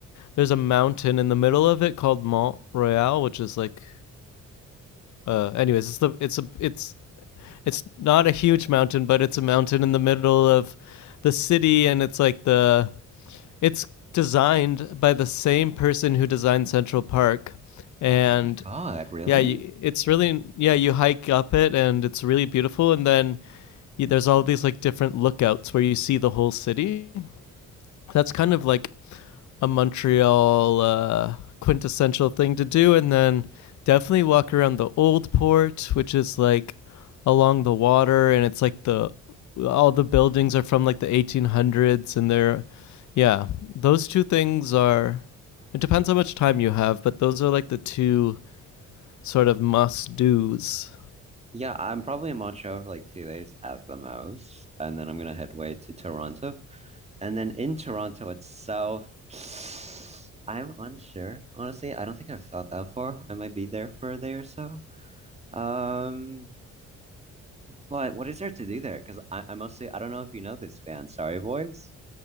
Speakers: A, on the left; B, on the right.
A: There's a mountain in the middle of it called Mont Royal, which is like uh anyways, it's the it's a it's it's not a huge mountain, but it's a mountain in the middle of the city and it's like the it's designed by the same person who designed Central Park and
B: Oh my God, really?
A: yeah, you, it's really yeah, you hike up it and it's really beautiful and then you, there's all these like different lookouts where you see the whole city. That's kind of like a Montreal uh, quintessential thing to do, and then definitely walk around the old port, which is like along the water, and it's like the all the buildings are from like the 1800s, and they're yeah, those two things are. It depends how much time you have, but those are like the two sort of must dos.
B: Yeah, I'm probably in Montreal for like two days at the most, and then I'm gonna head way to Toronto. And then in Toronto itself, <sighs> I'm unsure. Honestly, I don't think I've thought that far. I might be there for a day or so. Um, But what is there to do there? Because I, I mostly I don't know if you know this band, Sorry Boys.